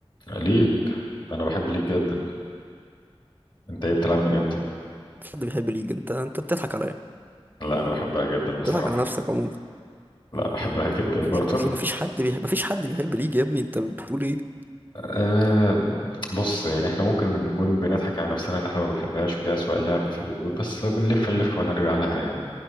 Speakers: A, on the left (about 50°); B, on the right (about 20°).
A: ليج انا بحب ليج جدا انت ايه بتلعبها من امتى
B: مفيش حد بيحب ليج انت انت بتضحك عليا
A: لا انا بحبها جدا بصراحه
B: بتضحك على نفسك عموما
A: لا بحبها جدا
B: يا
A: برضه
B: اخي يا اخي مفيش حد بيحب مفيش حد بيحب ليج يا ابني انت بتقول ايه
A: أه بص يعني احنا ممكن من نكون بنضحك على نفسنا اللي احنا ما بنحبهاش ودي اسوأ لعبه في الوجود بس بنلف نلف ونرجع لها يعني